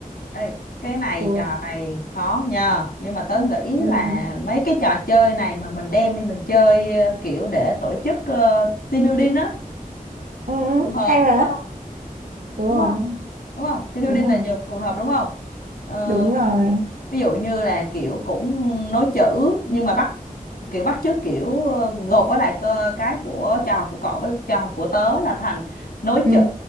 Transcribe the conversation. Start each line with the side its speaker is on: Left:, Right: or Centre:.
Left: ê cái này
Right: thua
Left: trò này khó nhờ nhưng mà tớ nghĩ
Right: ừ.
Left: là mấy cái trò chơi này mà mình đem đi mình chơi ờ, kiểu để tổ chức ờ, team building á
Right: Ừ. ừ,
Left: nó phù hợp
Right: hay
Left: đúng
Right: mà
Left: không
Right: đúng
Left: đúng
Right: rồi
Left: không đúng không team building
Right: đúng
Left: là
Right: rồi
Left: dùng phù hợp đúng không Ờ,
Right: đúng rồi
Left: ví dụ như là kiểu cũng nối chữ nhưng mà bắt kiểu bắt chước kiểu ờ, gộp với lại cơ cái của trò học của cậu với trò học của tớ là thành nối
Right: ừ.
Left: chữ